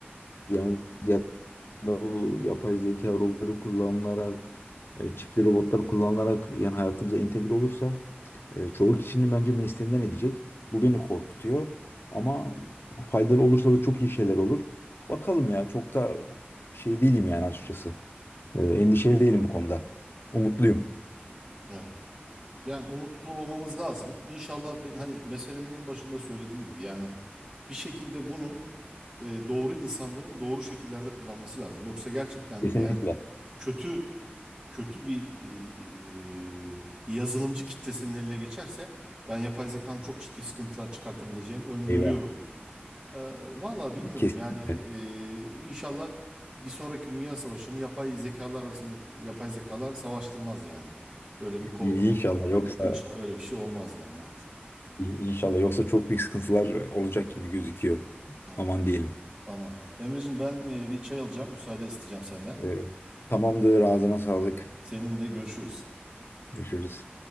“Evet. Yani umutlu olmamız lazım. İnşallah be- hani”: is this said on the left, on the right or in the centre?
Right